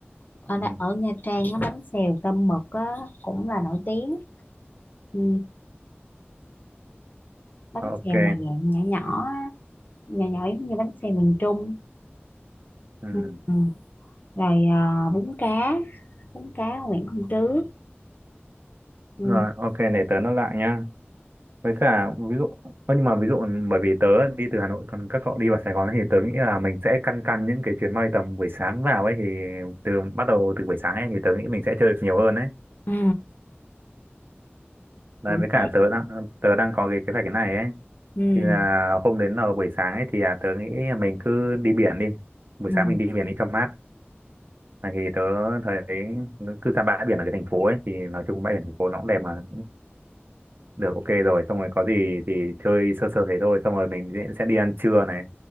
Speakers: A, on the left; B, on the right.
A: ở
B: ừ,
A: đa- ở Nha Trang á bánh xèo tôm mực á cũng là nổi tiếng ừ. Bánh
B: ok
A: xèo mà dạng nhỏ nhỏ á, nhỏ nhỏ giống như bánh xèo miền Trung
B: ừ.
A: ừ. Rồi ờ, bún cá bún cá Nguyễn Công Trứ ừ.
B: rồi ok để tớ nó lại nhá với cả ví dụ ơ, nhưng mà ví dụ ừ, bởi vì tớ đi từ Hà Nội còn các cậu đi vào Sài Gòn ấy, thì tớ nghĩ là mình sẽ căn căn những cái chuyến bay tầm buổi sáng vào ấy thì từ bắt đầu từ buổi sáng ấy thì tớ nghĩ mình sẽ chơi được nhiều hơn ấy
A: Ừ.
B: đấy
A: Buổi
B: với cả
A: sáng
B: tớ đang ờ, tớ đang có cái kế hoạch cái này ấy
A: ừ.
B: thì là hôm đến là buổi sáng ấy thì là tớ nghĩ là mình cứ đi biển đi buổi
A: Ừ.
B: sáng mình đi biển đi cho mát Này thì tớ thấy cứ ra bãi biển ở cái thành phố ấy thì nói chung bãi biển thành phố nó cũng đẹp mà Được ok rồi, xong rồi có gì thì chơi sơ sơ thế thôi, xong rồi mình sẽ sẽ đi ăn trưa này.